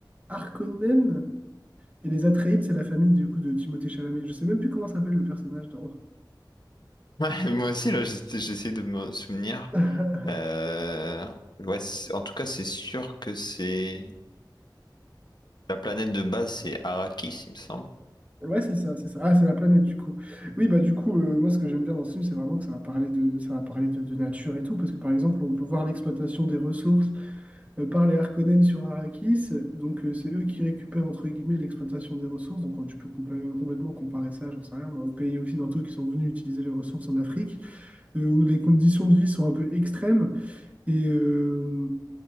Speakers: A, on the right; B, on the left.
A: Harkonnen, et les Atreides, c'est la famille, du coup, de Timothée Chalamet. Je sais même plus comment s'appelle le personnage, dans...
B: Ouais, <laughs> moi aussi, là, j'ess- j'essaie de me souvenir.
A: <laughs>
B: Euh, ouais, c- en tout cas, c'est sûr que c'est. La planète de base, c'est Arrakis, il me semble.
A: Ouais, c'est ça, c'est ça. Ah, c'est la planète du coup. Oui, bah du coup, euh, moi ce que j'aime bien dans ce film, c'est vraiment que ça va parler de, ça va parler de, de nature et tout, parce que par exemple, on peut voir l'exploitation des ressources euh, par les Harkonnen sur Arrakis. Donc euh, c'est eux qui récupèrent entre guillemets l'exploitation des ressources. Donc euh, tu peux compl- complètement comparer ça, j'en sais rien, moi, aux pays occidentaux qui sont venus utiliser les ressources en Afrique, euh, où les conditions de vie sont un peu extrêmes. Et, euh,